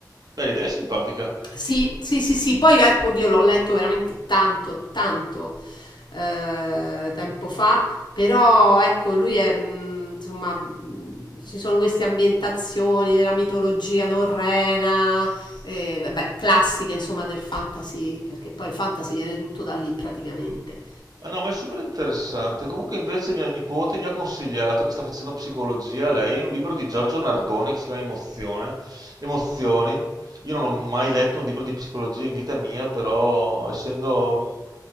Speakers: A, on the right; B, on the left.
A: Beh, l'idea è simpatica.
B: Sì, sì, sì, sì, poi eh, oddio l'ho letto veramente tanto, tanto eh, tempo fa, però ecco, lui è, mh, insomma, mh, ci sono queste ambientazioni della mitologia norrena, eh, vabbè, classiche insomma del fantasy, perché poi il fantasy viene tutto da lì praticamente.
A: Ah no, ma è super interessante. Comunque invece mia nipote mi ha consigliato, che sta facendo psicologia lei, un libro di Giorgio Nardone che si chiama Emozione, Emozioni. Io non ho mai letto un libro di psicologia in vita mia, però essendo mh,